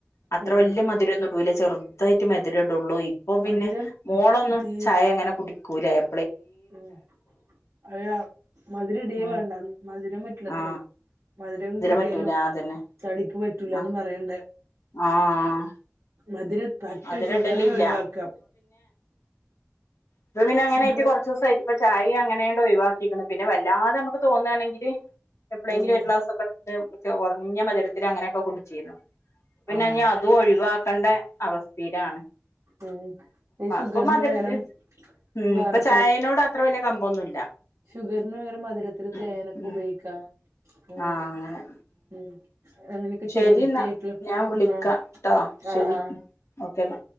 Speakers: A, on the left; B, on the right.
A: അത്ര
B: ഉം
A: വല്യ മധുര ടൂല ചെറുതായിട്ടും മെധിരം ഇടുള്ളൂ. ഇപ്പൊ പിന്നെ
B: മധുരം
A: മോളൊന്നു
B: തീരെ
A: ചായ അങ്ങനെ കുടിക്കൂല. എ
B: ഉം. <unintelligible> മധുരം ഇടെ
A: ഉം
B: വേണ്ട മധുരം പറ്റില്ലത്ര.
A: ആ
B: മധുരം കൂട്ടിയാലും
A: പറ്റൂല അതന്നെ
B: തടിക്ക് പറ്റൂലാന്ന്
A: ആ
B: പറയണ്ടെ.
A: ആ
B: മധുരം പറ്റ
A: മധുരം
B: ഷുഗറെ
A: ഇടലില്ല
B: ഒഴിവാക്കാം.
A: ഇപ്പ പിന്നെ അങ്ങനെ
B: ഷുഗർ
A: ആയിട്ട് കൊർചൂസായിട്ട് ഇപ്പൊ ചായിം അങ്ങനേണ്ട് ഒയി വാക്കീക്ക്ണ്. പിന്നെ വല്ലാതെ അമ്മക്ക് തോന്നാണെങ്കില് എപ്പളേൻകിലും
B: ഉം
A: ഒരു ക്‌ളാസൊക്കെ. <unintelligible> ഉറഞ്ഞ മധുരത്തിന് അങ്ങനെയൊക്കെ കുടിച്ചീരുന്നു. പിന്നെഞ്ഞ്
B: ആഹ്
A: അതും ഒഴിവാ കണ്ട അവസ്ഥീലാണ്.
B: ഉം ഈ ഷുഗറിന്
A: ഇപ്പൊ മധുരത്ത.
B: പകരം
A: ഉം..
B: വേറെ
A: ഇപ്പ ചായേനോട് അത്ര വലിയ കമ്പൊന്നുല്ല.
B: ഷുഗർന് പകരം മധുരത്തിന്
A: ഉം
B: തേനൊക്കെ
A: ഉം
B: ഉപയോഗിക്കാ. ഉം
A: ആഹ്, അങ്ങനെ.
B: ഉം. അങ്ങനെയൊക്കെ ച്ചെ
A: ശരി
B: ഹെൽത്തി
A: എന്നാ
B: ആയിട്ടുള്ള
A: ഞാൻ വിളിക്കാട്ടോ
B: ആ ആ
A: ശരി
B: ആ
A: ഓക്കേന്നാ